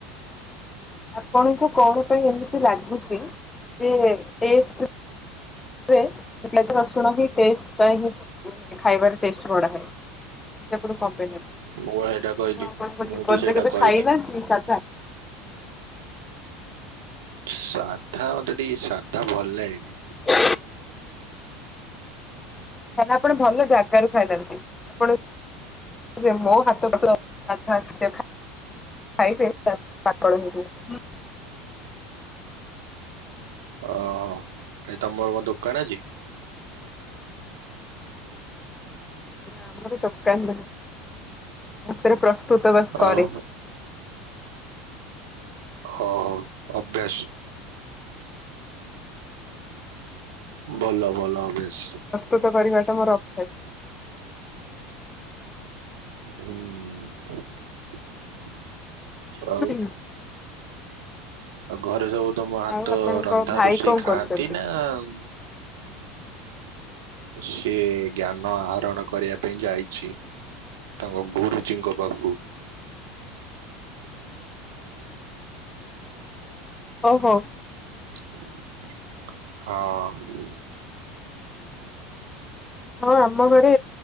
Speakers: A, on the left; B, on the right.
A: ଆପଣଙ୍କୁ କଣ ପାଇଁ ଏମିତି ଲାଗୁଚି ଯେ ଟେଷ୍ଟ ହୁଏ ପିଆଜ ରସୁଣ ହିଁ ଟେଷ୍ଟ ହିଁ ଖାଇବାରେ ଟେଷ୍ଟ ବଢାଏ? ଏମିତି ଆପଣଙ୍କୁ କ ପାଇଁ ନେବେ
B: ମୁଁ ବା ସେଇଟା କହିଲି
A: ଆପଣ ଆପଣଙ୍କ
B: ମୁଁ
A: ଜୀବନରେ
B: ତ ସେଇଟା
A: କେବେ
B: କହିନି
A: ଖାଇନାହାନ୍ତି ସାଧା?
B: ସାଧା ମତେ ଟିକ ସାଧା ଭଲ ଲାଗେନି।
A: ହ ତାହନେ ଆପଣ ଭଲ ଜାଗାରୁ ଖାଇ ନାହାଥାନ୍ତି ଆପଣ ମୋ ହାତ <unintelligible> ସାଧା ସେ ଖା ଖାଇବେ ଆପଣ ପାଗଳ ହେଇଯିବେ।
B: ଓହୋ କାଇଁ ତମର କଣ ଦୋକାନ ଅଛି?
A: ନା ଆମରି ଦୋକାନ <inaudible> ଶାନ୍ତିରେ ପ୍ରସ୍ତୁତ ବାସ୍
B: ହଉ
A: କରେ।
B: ହଁ ଅଭ୍ୟାସ। ଭଲ ଭଲ ଅଭ୍ୟାସ।
A: ତୋକ କରିବାଟା ମୋର ଅଭ୍ୟାସ।
B: ହୁଁ। ଆଉ
A: ୍ରୀ
B: ଆଉ ଘରେ ସବୁ ତମ ହାତ
A: ଆଉ ଆପଣଙ୍କ
B: ରନ୍ଧା
A: ଭାଇ
B: ରୋଷେଇ
A: କଣ
B: ଖାଆନ୍ତି
A: କରୁଛନ୍ତି?
B: ନା ଆଉ ସିଏ ଜ୍ଞାନ ଆହରଣ କରିବା ପାଇଁ ଯାଇଚି। ତାଙ୍କ ଘୁରୁଜୀଙ୍କ ପାଖୁକୁ।
A: ହୋଉ ହୋଉ।
B: ହଁ।
A: ହଁ ଆମ ଘରେ